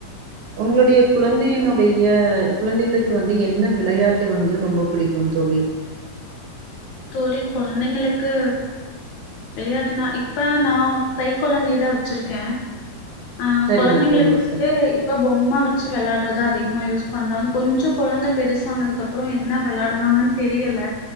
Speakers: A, on the right; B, on the left.
A: உங்களுடைய குழந்தையினுடைய குழந்தைகளுக்கு வந்து என்ன விளையாட்டு வந்து ரொம்ப பிடிக்கும் தோழி?
B: தோழி குழந்தைங்களுக்கு விளையாட்டுனா இப்ப நா கை குழந்தையதா வச்சிருக்கே ஆஹ்
A: சரிங்க
B: கொழந்தைங்களுக்கு
A: தோழி
B: வந்து
A: சரிங்க
B: இப்ப பொம்ம வெச்சு வெளாட்றதா அதி அதிகமா யூஸ் பண்றோ கொஞ்சோ குழந்த பெருசானதுக்கு அப்புறோ என்ன வெளாடுவாங்கன்னு தெரியல